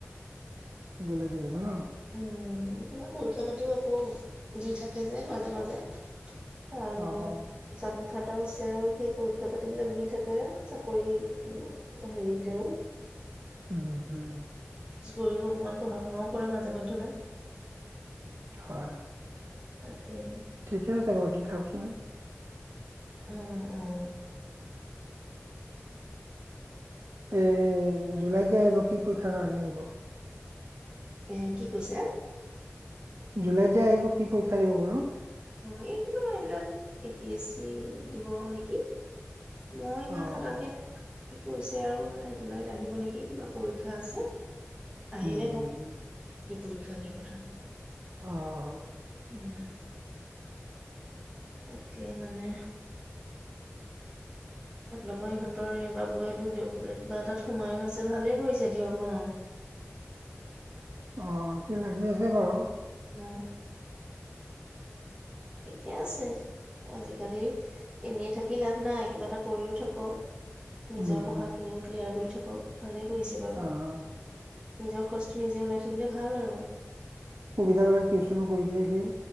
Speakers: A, on the right; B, on the right.
A: জুলাইত আহিব ন?
B: উম। কিবা পৰীক্ষা পাতিও আকৌ দি থাকে যে মাজে মাজে। তাৰ
A: অ'
B: মানে
A: অ'
B: সচাকে টাতো আছে আৰু সেই পৰীক্ষা পাতিবিলাক দি থাকে চাকৰি হেৰিতেও।
A: উম উম।
B: চাকৰিও, অকমান পঢ়া শুনাও কৰে মাজে মাজে। জুলাইত
A: হয়।
B: তাকেই।
A: ঠিকে আছে বাৰু দি থাওকচোন।
B: উম উম।
A: এই জুলাইত যে আহিব কি পৰীক্ষাৰ কাৰণে আহিব?
B: এ কি কৈছা?
A: জুলাইত যে আহিব, কি পৰীক্ষা দিব বোলো?
B: অ' এই কিবা এইবিলাক, এ পি এছ চি দিব নেকি। মই ইমান
A: অ'
B: খতাংকে
A: অ'
B: কি কৈছে আৰু মানে জুলাইত আহিব নেকি কিবা পৰীক্ষা আছে। আহিলে
A: উম,
B: গ
A: উম,
B: কি পৰীক্ষা কি কথা।
A: অ'।
B: এয়া তাকে মানে, আপলোকৰ ইিহঁতৰ এই বাবুতো কিবা এটাত সোমায়ো আছে ভালেই কৰিছে দিয়ক ন।
A: অ' সি লাগি আছে বাৰু।
B: উ। ঠিকে আছে। আজিকালি এনেই থাকি লাভ নাই কিবা এটা কৰিও থাকক। নিজৰ
A: উম, উম,
B: পঢ়া খিনিও ক্লিয়াৰ কৰি থ অ'। ভালেই পৰিছে বাৰু।
A: অ'
B: নিজৰ খৰচটো নিজে ওলাই থাকিলে ভাল আৰু।
A: সুবিধা পালে টিউশনও কৰি দিয়ে সি